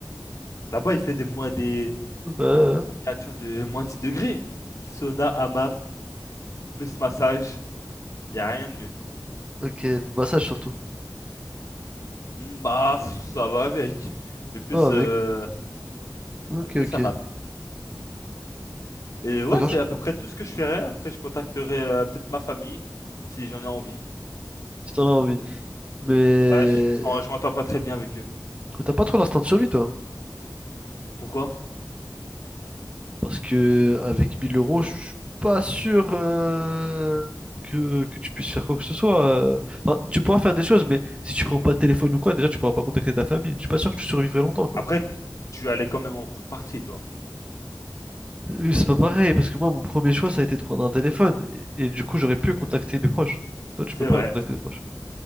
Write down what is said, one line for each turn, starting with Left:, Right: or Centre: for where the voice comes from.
Left: Là-bas, il fait des moins des,
Right: Ouais, ouais.
Left: des températures de moins 10 degrés. Sauna, hammam, plus massage. Il y a rien de mieux.
Right: ok, le massage surtout.
Left: Hmm, Bah, pff, ça va avec, mais plus,
Right: Oh, avec.
Left: euh,
Right: Ok,
Left: plus
Right: ok.
Left: à Mam. Et ouais,
Right: D'accord,
Left: c'est
Right: je...
Left: à peu près tout ce que je ferai. Après, je contacterai euh, peut-être ma famille si j'en ai envie.
Right: si t'en as envie.
Left: C'est-
Right: Mais
Left: Ouais, je m'entends, je m'entends pas très bien avec eux.
Right: t'as pas trop l'instinct de survie, toi.
Left: Pourquoi?
Right: Parce que avec mille euros, je suis pas sûr euh, que, que tu puisses faire quoi que ce soit. euh. Enfin, tu pourras faire des choses, mais si tu prends pas de téléphone ou quoi, déjà, tu pourras pas contacter ta famille. Je suis pas sûr que tu survivrais longtemps, quoi.
Left: Après, tu allais quand même en pool party, toi.
Right: Euh, C'est pas pareil, parce que moi, mon premier choix, ça a été de prendre un téléphone. Et, et du coup, j'aurais pu contacter mes proches. Toi, tu
Left: C'est
Right: peux pas
Left: vrai.
Right: contacter tes proches.